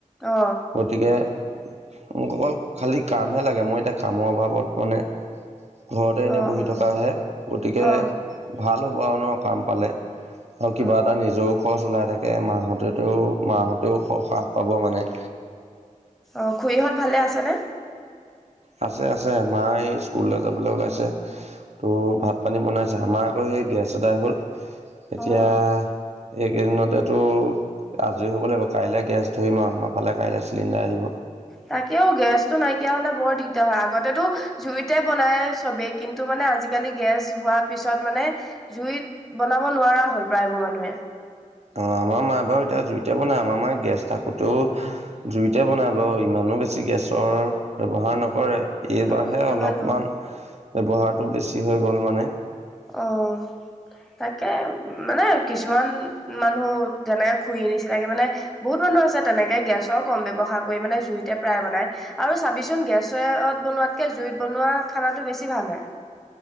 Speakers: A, in the centre; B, on the right (about 55°).
A: অ
B: গতিকে মোক অকল খালি কামহে লাগে, মই এতিয়া কামৰ অভাৱত মানে ঘৰতে এনেই
A: অ
B: বহি
A: অ
B: থকাহে, গতিকে
A: অ
B: ভাল হব আৰু ন ' কাম পালে আৰু কিবা
A: অ
B: এটা নিজেও খৰচ ওলাই থাকে, মাহতেটো মাহতেও হ্ৰাস পাব মানে।
A: অহ, খুৰিহঁত ভালে আছেনে?
B: আছে -আছে। মায় স্কুললৈ যাবলৈ ওলাইছে ত' ভাত -পানী বনাইছে আমাৰ আকৌ হেই গেছ আদাই হ'ল এতিয়া
A: অ
B: এইকেইদিনতেতো আজৰি হব লাগিব, কাইলে গেছ ধৰিম আৰু আমাৰ ফালে কাইলে চিলিণ্ডাৰ আহিব।
A: তাকেও গেছটো নাইকিয়া হলে বৰ দিগ তে হয় আগতেতো জুইতে বনাই চবে কিন্তু, মানে আজিকালি গেছ হোৱাৰ পিছত মানে জুইত বনাব নোৱাৰা হ'ল প্ৰায়বোৰ মানুহে।
B: অহ, আমাৰ মায় বাৰু এতিয়া জুইতে বনাই, আমাৰ মায় গেছ থাকোতেও জুইতে বনাই বাৰু ইমান ইমান বেছি গেছৰ ব্যৱহাৰ নকৰে। এইবাৰহে
A: অ সেইটো
B: অলপমান
A: ভাল বাৰু।
B: ব্যৱহাৰটো বেছি হৈ গ'ল মানে।
A: অহ তাকে মানে কিছুমান মানুহ যেনেকে খুৰিৰ নিছিনাকে মানে বহুত মান <unintelligible> গেছৰ কম ব্যৱহাৰ কৰি মানে জুইতে প্ৰাই বনাই আৰু চাবিচোন গেছত বনোৱা তাতকে জুইত বনোৱা খানাটো বেছি ভাল হয়।